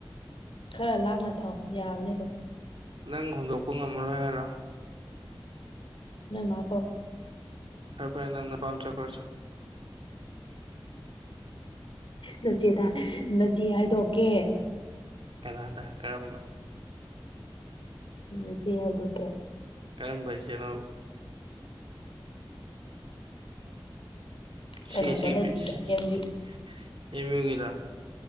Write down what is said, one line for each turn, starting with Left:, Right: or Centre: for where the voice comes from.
Left: ꯈꯔ ꯂꯥꯞꯅ ꯊꯥꯎ ꯌꯥꯕꯅꯦ ꯑꯗꯨꯝ
Right: ꯅꯪ ꯍꯨꯝꯗꯣꯛꯄ ꯉꯝꯃꯔꯣꯏ ꯍꯥꯏꯔꯣ
Left: ꯅꯣꯏꯃꯥ ꯀꯧ
Right: ꯐꯔꯦ ꯐꯔꯦ ꯅꯪ ꯅꯄꯥꯝ ꯆꯠꯈ꯭ꯔꯣ ꯆꯣ
Left: ꯅꯆꯦꯗ ꯅꯆꯦ ꯍꯥꯏꯗꯣꯛꯀꯦ
Right: ꯀꯅꯥꯗ ꯀꯔꯝꯕ
Left: ꯅꯆꯦ ꯍꯥꯏꯗꯣꯛꯀꯦ
Right: ꯀꯔꯝꯕ ꯏꯆꯦꯅꯣ
Left: ꯀꯩꯅꯣꯗ
Right: ꯁꯤꯒꯤ ꯁꯤꯒꯤ
Left: ꯂꯩꯕꯤꯗꯣ
Right: <unintelligible>
Left: ꯑꯦꯝ ꯌꯨ
Right: ꯑꯦꯃꯤꯌꯨ ꯒꯤꯗ